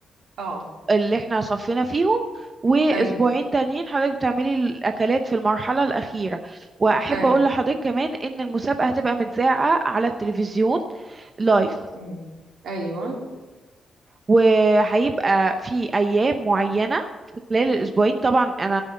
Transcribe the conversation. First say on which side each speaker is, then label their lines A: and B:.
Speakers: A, on the right; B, on the right.
A: اه
B: اللي احنا صفينا فيهم وأسبوعين
A: اي
B: تانيين حضرتك بتعملي الأكلات في المرحلة الأخيرة وأحب
A: اي
B: أقول لحضرتك كمان إن المسابقة هتبقى متذاعة على التلفزيون لايف
A: مم. ايوه
B: وهيبقى في ايام معينه في خلال الاسبوعين طبعا انا